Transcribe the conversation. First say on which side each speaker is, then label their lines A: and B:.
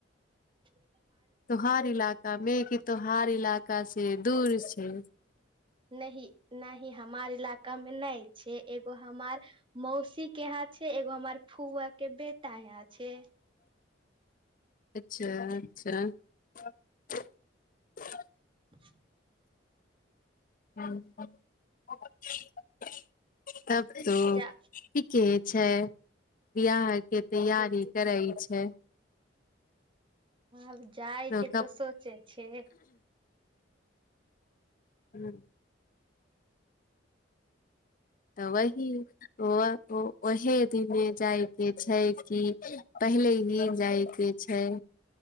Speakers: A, on the right; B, on the left.
A: ह
B: त्योहार इलाका मे कि त्योहार इलाका से दूर छै।
A: नहि न ह हमार इलाकामे मे नहि छै एगो हमार मौसी के हाथ एगो हमर फुआ के बेट तय छ
B: अच्छा अच्छा <unintelligible>
A: <unintelligible>
B: <unintelligible> तब तऽ
A: जा
B: ठीके छैय बियाहके तैयारी करै छैय।
A: आब जाइके
B: कब
A: तऽ सोचे छैय।
B: हूँ। तऽ वै दिन व वही दिने जायके छैय कि पहिले ही जायके छैय।